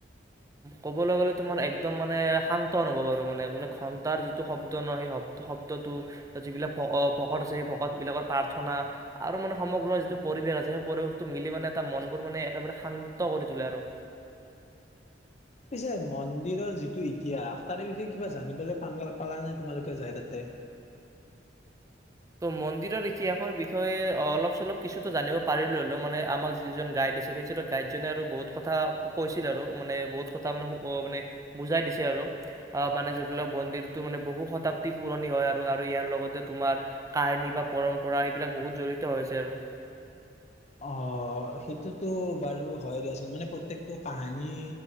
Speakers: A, on the right; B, on the left.
A: ক'বলৈ গ'লে তোমাৰ একদম মানে শান্ত অনুভৱ আৰু মানে -মানে ঘন্টাৰ যিটো শব্দ ন? সেই শব্দটো যিবিলাক ভকত আছে সেই ভকতবলাকৰ প্ৰাৰ্থনা আৰু মানে সমগ্ৰ যিটো পৰিৱেশ আছে সেই পৰিৱেশটো মিলি মানে তটা মনবোৰ মানে একেবাৰে শান্ত কৰি তোলে আৰু।
B: পিছে মন্দিৰৰ যিটো ইতিহাস তাৰে বিষয়ে কিবা জানিবলৈ পাম পালা নাই তোমালোকে যাই তাতে?
A: মন্দিৰৰ ইতিহাসৰ বিষয়ে অলপ চলপ কিছুটো জানিব পাৰিলো হ'লেও, মানে আমাক যিজন গাইড আছিল সেই গাইডজনে আৰু বহুত কথা কৈছিল আৰু মানে বহুত কথা মানে-মানে বুজাই দিছে আৰু আহ মানে য লওক মন্দিৰটো মানে বহু শতাবদী পুৰণি হয় আৰু-আৰু ইয়াৰ লগতে তোমাৰ কাহিনী বা পৰম্পৰা সেইবিলাক বহুত জড়িত হৈছে আৰু।
B: অ সেইটোতো বাৰু হয় দিয়াচোন, মানে প্ৰত্যেকটো কাহানী